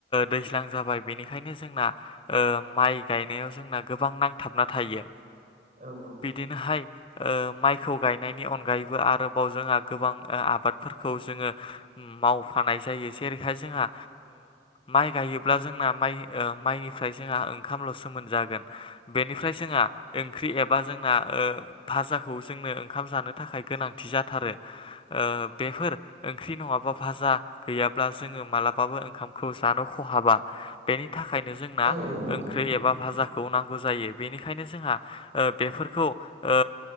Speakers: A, on the left; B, on the right.
A: दैज्लां जाबाय बेनिखायनो जोंना माइ गाय गायनायाव जोंना गोबां नांथाबना थायो।
B: औ औ
A: बिदिनोहाय माइखौ गायनायनि अनगायै आरोबाव जोंहा गोबां आबादफोरखौ जोङो मावफानाय जायो जेरैहाय ओ जोंहा माइ गायोब्ला जोंना माइ माइनिफ्राय जोंहा ओंखामल'सो मोनजागोन। बेनिफ्राय जोंहा ओंख्रि ए जोंना भाजाखौ जोंनो ओंखाम जानो थाखाय गोनांथि जाथारो। बेफोर ओंख्रि नङाबा भाजा गैयाब्ला जोङो मालाबाबो ओंखामखौ जानो खहाबा। बेनि थाखायनो जोंना
B: औ औ नंगौ
A: ओंख्रि एबा भाजाखौ नांगौ जायो। बेनिखायनो जोंहा ओ बेफोरखौ ओ